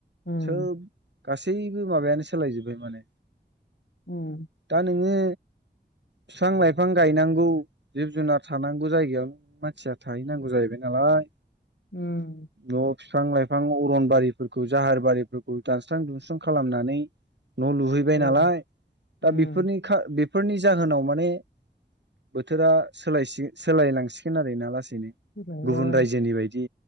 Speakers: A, on the left; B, on the right.
A: उम
B: सोब गासैबो माबायानो सोलायजोब्बाय माने
A: उम
B: दा नोङो बिफां लाइफां गायनांगौ जिब जुनार थानांगौ बे जायगायावनो मानसिया थाहैनांगौ जाहैबाय नालाय
A: ओम
B: न' बिफां लाइफां अरन बारिफोरखौ जाहार बारिफोरखौ दानस्रां दुमस्रां खालामनानै न' लुहैबाय
A: औ
B: नालाय
A: उम
B: दा बेफोरनि खा बेफोरनि जाहोनाव माने बोथोरा सोलाय सिखोन सोलायलांसिगोन आरो ना लासै गुबुन
A: सोलायबा
B: रायजोनि बायदि